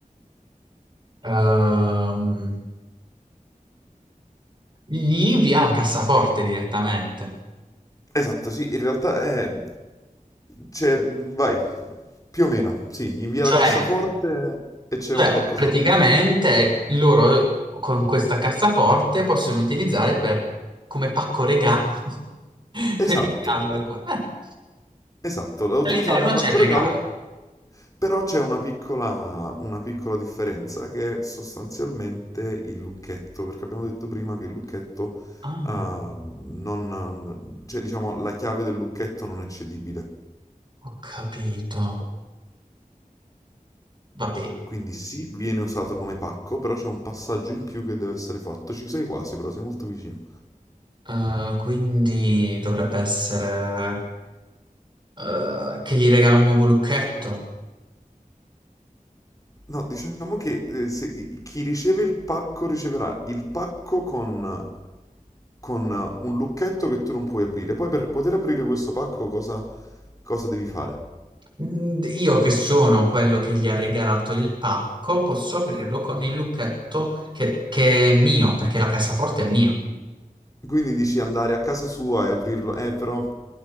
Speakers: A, on the right (about 30°); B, on the left (about 25°).
A: Ehm, Gli invia la cassaforte direttamente.
B: Esatto, sì, in realtà è... Cioè, mh, vai, più o meno, sì, invia
A: Cioè,
B: la cassaforte
A: Sì.
B: e c'è
A: cioè,
B: un qualcos'altro.
A: praticamente loro con questa cassaforte possono utilizzare per- come pacco regalo <laughs>
B: Esatto,
A: per inviarlo
B: eh,
A: al qua. Eh,
B: Esatto, la utilizzano
A: all'interno
B: come pacco
A: c'è il regalo.
B: regalo, però c'è una piccola, una piccola differenza che è sostanzialmente il lucchetto, perché abbiamo detto prima che il lucchetto,
A: Ah,
B: ehm, non, ehm, cioè diciamo la chiave del lucchetto non è cedibile.
A: ho capito. Va bene.
B: Quindi sì, viene usato come pacco, però c'è un passaggio in più che deve essere fatto. Ci sei quasi, però sei molto vicino.
A: Eh, quindi dovrebbe essere eh, che gli regala un nuovo lucchetto.
B: No, diciamo che eh, se- chi riceve il pacco riceverà il pacco con, con un lucchetto che tu non puoi aprire. Poi per poter aprire questo pacco cosa, cosa devi fare?
A: Mm, Io che sono quello che gli ha regalato il pacco, posso aprirlo con il lucchetto che, che è mio, perché la cassaforte è mia.
B: Quindi dici andare a casa sua e aprirlo. Eh, però,